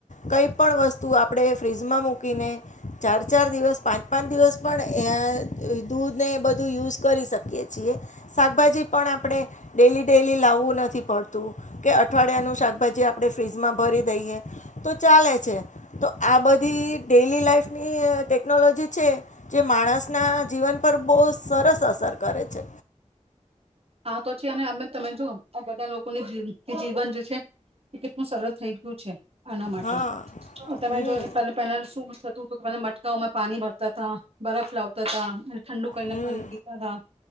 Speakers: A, on the left; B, on the right.
A: કંઈ પણ વસ્તુ વસ્તુ આપણે ફ્રીજમાં મૂકીને ચાર ચાર દિવસ પાંચ પાંચ દિવસ પણ એ દૂધને એ બધું યુઝ કરી શકીએ છીએ શાકભાજી પણ આપણે ડેલી ડેઈલી લાવવું નથી પડતું કે અઠવાડિયાનું શાકભાજી આપણે ફ્રીજમાં ભરી દઈએ તો ચાલે છે તો આ બધી ડેલી લાઈફની ટેકનોલોજી છે જે માણસના જીવન પર બહુ સરસ અસર કરે છે
B: હા તો છે અને અમે તમે જોુ આ બધા લોકોની જીવન જે છે એ કેટલું સરળ થઈ ગયું છે આના માટે
A: હા
B: તમે
A: હમ
B: જો પહે પેનલ શું થતું તો પલા મટકાઓમાં પાણી ભરતા હતાા બરફ લાવતા હતાા અને ઠંડુ કરીને
A: હમ
B: પાણી પીતા હતાા